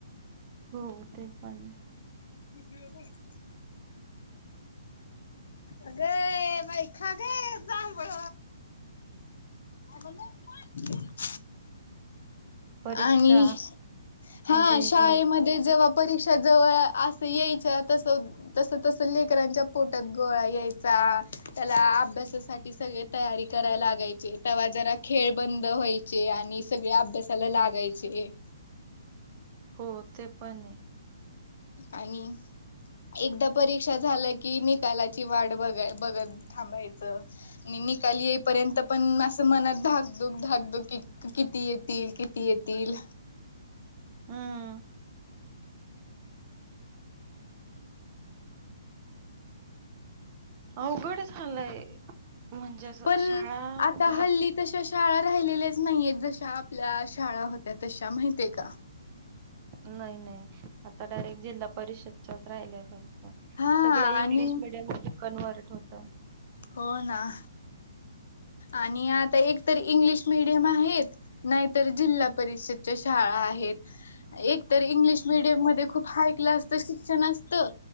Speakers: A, on the right (about 20°); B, on the left (about 60°).
A: हो ते पण आहे.
B: <unintelligible> अगे ये बाई, खा गे जांभळ. <inaudible>
A: परीक्षा
B: आणि हा
A: मध्ये
B: शाळेमध्ये
A: बरो
B: जवा परीक्षा जवळ असं यायच्या, तस -तस, तसं लेख शांच्या पोटात गोळा यायचा, त्याला अभ्यासासाठी सगळे तयारी करायला लागायचे, तवा जरा खेळ बंद व्हायचे आणि सगळे अभ्यासाला लागायचे.
A: हो ते पण हेय.
B: आणि एकदा परीक्षा झाल्या की निकालाची वाट, बघा- बघत थांबायचं. णी, निकाल येईपर्यंत पण असं मनात धाक-धूक, धाक-धुक किती येतील किती येती तील.
A: हम्म. अवघड झालंय, म्हणजे असं
B: पण
A: शाळा
B: आता
A: भा
B: हल्ली तशा शाळा राहिलेल्याच नाहीयेत जशा आपल्या शाळा होत्या तशा माहितेय का?
A: नाही नाही आता डायरेक्ट जिल्हा परिषदच्याच राहिल्याय फक्त.
B: हा
A: सगळं इंग्लिश
B: आणि
A: मिडियम मध्ये कनवर्ट होतंय.
B: हो ना, आणि आता एकतर इंग्लिश मिडियम आहेत. नाहीतर जिल्हा परिषदच्या शाळा आहेत. एक तर इंग्लिश मीडियम मध्ये खूप हाय क्लास च शिक्षण असतं